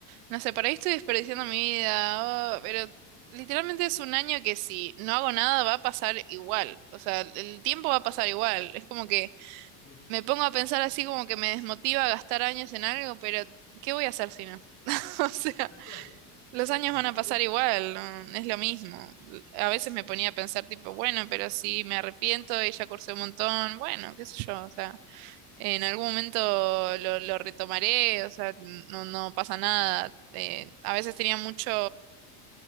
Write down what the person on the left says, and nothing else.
Sí,
tal cual,
el
tiempo.
<laughs>